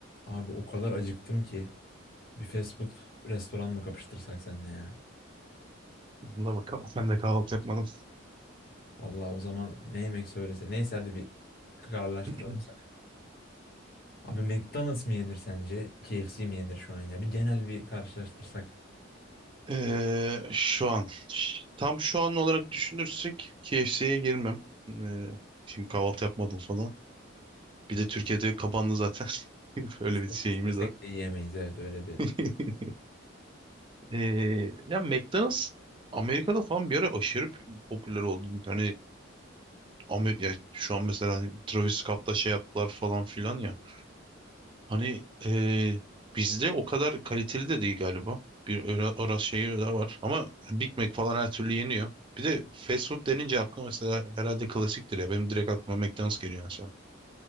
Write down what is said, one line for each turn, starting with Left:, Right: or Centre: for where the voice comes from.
Left: Abi o kadar acıktım ki bir fast food restoran mı kapıştırsak seninle ya?
Right: Yanına bakalım. Ben de kahvaltı yapmadım.
Left: Allah o zaman ne yemek söylese. Neyse hadi bir kararlaştıralım
Right: <clears throat>
Left: sen. Abi McDonald's mı yenir sence? KFC mi yenir şu an ya? Bir genel bir karşılaştırsak.
Right: Ee, şu an. Tam şu an olarak düşünürsek KFC'ye girmem. Ee, şimdi kahvaltı yapmadım falan. Bir de Türkiye'de kapandı zaten. <laughs> Öyle
Left: İste-
Right: bir şeyimiz
Left: istesek
Right: var.
Left: de yiyemeyiz evet öyle bir.
Right: <laughs> Ee, ya McDonald's Amerika'da falan bir ara aşırı p- popüler oldu. Hani Amer ya şu an mesela hani Travis Scott'la şey yaptılar falan filan ya. Hani eee, bizde o kadar kaliteli de değil galiba. Bir ora- orası şeyi daha var. Ama Big Mac falan her türlü yeniyor. Bir de fast food denince aklıma mesela herhalde klasiktir ya. Benim direkt aklıma McDonald's geliyor mesela.